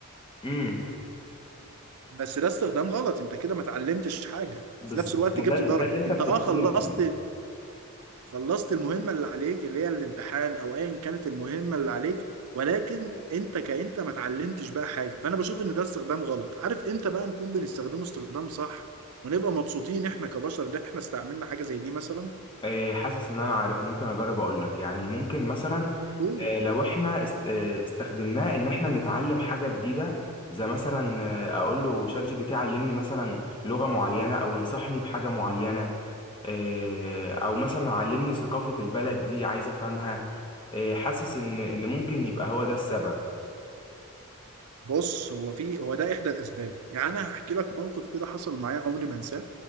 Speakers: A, on the left; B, on the right.
A: امم
B: بس ده استخدام غلط انت كده ما اتعلمتش حاجه
A: بالظبط
B: في نفس الوقت
A: ما
B: جبت
A: ده
B: درجه
A: ده اللي انت
B: انت
A: بتتكلم
B: اه خلصت
A: فيه
B: خلصت المهمه اللي عليك اللي هي الامتحان او ايا كانت المهمه اللي عليك ولكن انت كانت ما اتعلمتش بقى حاجه فانا بشوف ان ده استخدام غلط عارف امتى بقى نكون بنستخدمه استخدام صح ونبقى مبسوطين احنا كبشر ان احنا استعملنا حاجه زي دي مثلا
A: آه، حاسس ان انا عارف ممكن اجرب اقول لك يعني ممكن مثلا
B: قول
A: آه، لو احنا است- آه، استخدمناه ان احنا نتعلم حاجه جديده زي مثلا آه، اقول له شات جي بي تي علمني مثلا لغه معينه او انصحني بحاجه معينه آه، او مثلا علمني ثقافه البلد دي عايز افهمها آه، حاسس ان ان ممكن يبقى هو ده السبب
B: بص هو في هو ده احدى الاسباب يعني انا هحكي لك موقف كده حصل معايا عمري ما انساه